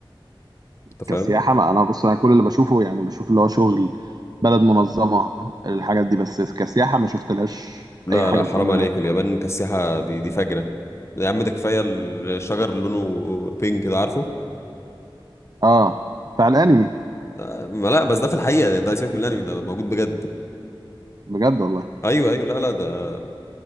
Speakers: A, on the left; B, on the right.
A: انت
B: كسياحة
A: فاهم
B: ما انا بص انا كل اللي بشوفه يعني بشوف اللي هو شغل بلد منظمة الحاجات دي بس كسياحة ما شفتلهاش
A: لا
B: اي حاجة
A: لا حرام
B: بتقول لنا
A: عليك اليابان كسياحه دي دي فجره يا عم ده كفايه الشجر اللي لونه بينك ده عارفه
B: اه بتاع الانمي
A: آه، ما لا بس ده في الحقيقة ده ده سيبك من الانمي ده موجود بجد
B: بجد والله
A: ايوه ايوه لا لا ده